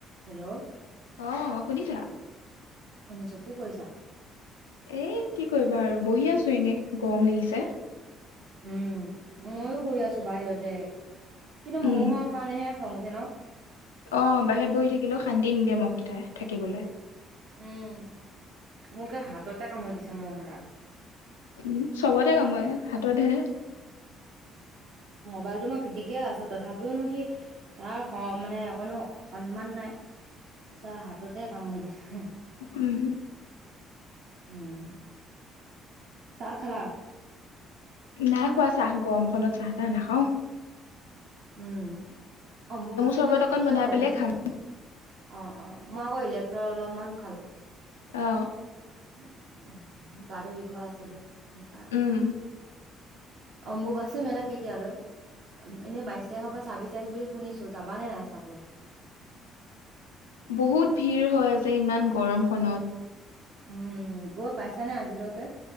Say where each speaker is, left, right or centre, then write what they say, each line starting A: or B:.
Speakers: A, on the right; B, on the left.
A: Hello
B: অহ শুনিছা
A: ত কি কৈছা
B: এ কি কৰিবা আৰু বহি আছো এনেই গৰম লাগিছে
A: উম ময়ো বহি আছো বাহিৰতে কিন্তু
B: উম
A: মহৰ কাৰণেহে খং উঠে ন
B: অ বাহিৰত বহি থাকিলো শান্তি নিদে মহকেইটাই থাকিবলে
A: উম মোকে হাতত তে কামৰি দিছো মহ কেইটাক
B: উম চবতে কাম এ হাতত হে
A: মোবাইলতটো মই পিটিকিয় আছো তথাপিওনো সি তাৰ মানে কোনো সন্মান নাই ছাহ হাততে কামুৰি দিছ হুম
B: উম উম
A: উম চাহ খালা
B: নাই খোৱা চাহ গৰমখনত চাহ তাহ নাখাওঁ
A: উম অম্বুবাচী
B: চৰবত
A: মেলা
B: অকন
A: কেতিয়া
B: বনাই
A: হয়
B: পেলাই
A: নো
B: খাম
A: অ অ মই আকৌ ইলেক্ট্ৰ অলপমান খালো
B: অ
A: <unintelligible> গা ধুই ঘৰ আছে যে সেইকাৰ
B: উম
A: অম্বুবাছী মেলা কেতিয়ালৈ এনে বাইছ তাৰিখ বা ছাব্বি তাৰিখ বুলি শুনিছো যাব নে নাই চাবলৈ
B: বহুত ভিৰ হৈ আছে ইমান গৰমখনত
A: উম গৈ পাইছানে আজিলৈকে